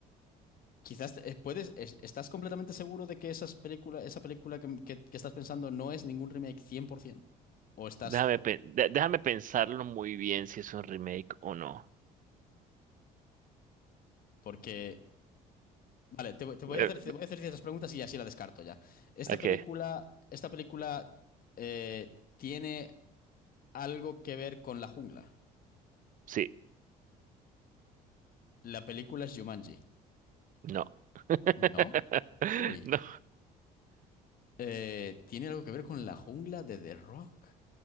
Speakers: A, on the left; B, on the right.
A: Quizás eh, puedes, es- ¿estás completamente seguro de que esas película, esa película que, que- que estás pensando no es ningún remake 100%? ¿O estás,
B: Déjame, pe- de- déjame pensarlo muy bien si es un remake o no.
A: porque Vale, te, voy te voy
B: Eh,
A: a hacer, te voy a hacer ciertas preguntas y así la descarto ya. ¿Esta
B: ok,
A: película, esta película eh, tiene algo que ver con la jungla?
B: sí,
A: La película es Jumanji.
B: no. <laughs>
A: ¿No? Uy.
B: No,
A: Eh, ¿tiene algo que ver con la jungla de The Rock?